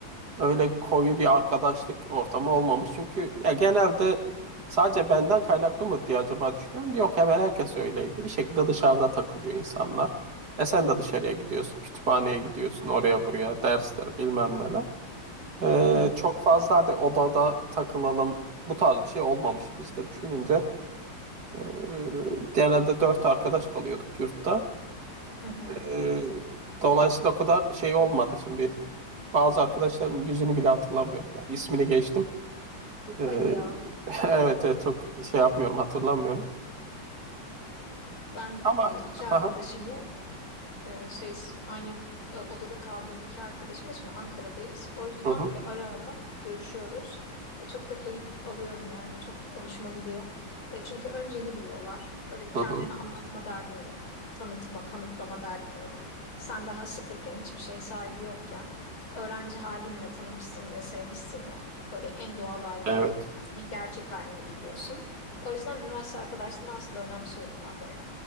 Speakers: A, on the right; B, on the left.
A: öyle koyu bir arkadaşlık ortamı olmamış. Çünkü ya genelde sadece benden kaynaklı mı diye acaba düşünüyorum. Yok hemen herkes öyleydi. Bir şekilde dışarıda takılıyor insanlar. E sen de dışarıya gidiyorsun, kütüphaneye gidiyorsun, oraya buraya, dersler bilmem neler. Ee,
B: Hı hı,
A: çok fazla hadi odada takılalım bu tarz bir şey olmamış bizde düşününce. Ee, genelde dört arkadaş kalıyorduk yurtta.
B: hı hı.
A: Ee, dolayısıyla o kadar şey olmadı şimdi. Bazı arkadaşlarım yüzünü bile hatırlamıyorum. Yani ismini geçtim. Ee,
B: Hadi ya
A: <laughs> evet, evet çok şey yapmıyorum hatırlamıyorum.
B: ben
A: Ama
B: e, iki
A: <laughs>
B: arkadaşımla
A: hı
B: Ee, şey aynı e, odada kaldığım iki arkadaşım da şimdi Ankara'dayız. O yüzden
A: hı, hı hı,
B: böyle ara ara görüşüyoruz. E, çok da keyif alıyorum yani. Çok hoşuma gidiyor. E, çünkü önceni biliyorlar. Böyle bir kendini
A: hı hı,
B: anlatma derdin yok. Tanıtma, kanıtlama derdin yok. Sen daha sıfırken, hiçbir şeyin sahibi yokken öğrenci halinle tanımışsın ve sevmişsin ya. Böyle en doğal halini,
A: evet.
B: en gerçek halini biliyorsun. O yüzden üniversite arkadaşlığını aslında önemsiyorum ben bayağı.